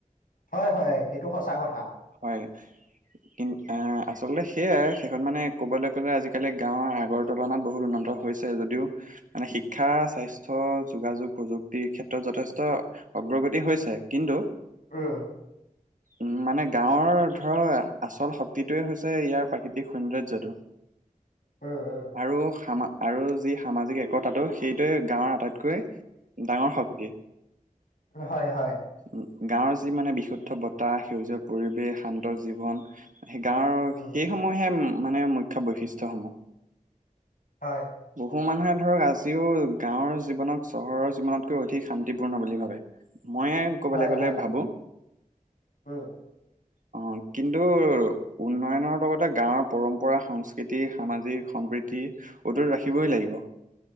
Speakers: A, on the left (about 70°); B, on the right (about 65°).
A: হয় হয়, সেইটো সঁচা কথা।
B: হয় নে? কিন্তু আহ আচলতে সেয়াই শেইষত মানে ক'বলৈ গ'লে আজিকালি গাঁৱৰ আগৰ তুলনাত বহুত উন্নত। হৈছে যদিও মানে শিক্ষা, স্বাস্থ্য, যোগাযোগ প্ৰযুক্তিৰ ক্ষেত্ৰত যথেষ্ট অগ্ৰগতি হৈছে কিন্তু
A: উম
B: উম মানে গাঁৱৰ ধৰা আচল শক্তিটোৱে হৈছে ইয়াৰ প্ৰাকৃতিক সৌন্দৰ্যটো
A: উম উম
B: আৰু সামা আৰু যি সামাজিক একতাটো সেইটোৱে গাঁৱৰ আটাইতকৈ ডাঙৰ শক্তি
A: হয় হয়
B: উ- গাঁৱৰ যি মানে বিশুদ্ধ বতাহ, সেউজীয়া পৰিৱেশ, শান্ত জীৱন সেই গাঁৱৰ
A: উম
B: সেই সমূহহে মানে মুখ্য বৈশিষ্ট-সমূহ
A: হয়।
B: বহু মানুহে ধৰা আজিও গাঁৱৰ জীৱনক চহৰৰ জীৱনতকৈ অধিক শান্তিপূৰ্ণ বুলি ভাবে। মইয়ে ক'বলে
A: হয়
B: গ'লে
A: হয়
B: ভাবো
A: উম
B: অ কিন্তু উ উন্নয়নৰ লগতে গাঁৱৰ পৰম্পৰা, সংস্কৃতি, সামাজিক-সম্প্ৰীতি অটুট ৰাখিবই লাগিব।